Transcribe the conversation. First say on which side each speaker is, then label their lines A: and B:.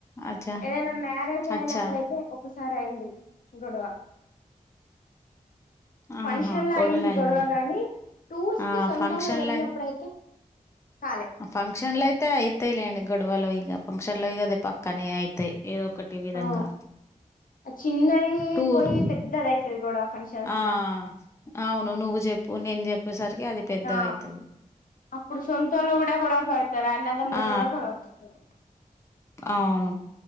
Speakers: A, on the left; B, on the left.
A: అచ్చా
B: ఏదైనా మ్యారేజ్
A: అచ్చా
B: అయినప్పుడయితే ఒకసారి అయింది గొడవ
A: ఆహా
B: ఫంక్షన్ లో
A: గొడవలు
B: అయింది
A: అయినాయి
B: గొడవ గాని టూర్స్
A: ఆ
B: కు సొంతంగా
A: ఫంక్షన్లో
B: వెళ్ళినప్పుడయితే కాలే
A: ఫంక్షన్ లో అయితే అయితాయిలేండి గొడవలు ఇంక ఫంక్షన్ లో అది పక్కనే అయితాయి ఇ ఒకటి విధంగా
B: ఆ ఆ చిన్నది
A: టూర్
B: పోయి పెద్దది అయితది గొడవ ఫంక్షన్స్
A: ఆ
B: లా
A: అవును నువ్వు చెప్పు నేను చెప్పేసరికి అది పెద్దగా
B: ఆ
A: అయితది
B: అప్పుడు సొంతోళ్ళు కూడా గొడవ పడతారు అన్నదమ్ముళ్ళు
A: ఆ
B: కూడా గొడవ పడతారు
A: అవును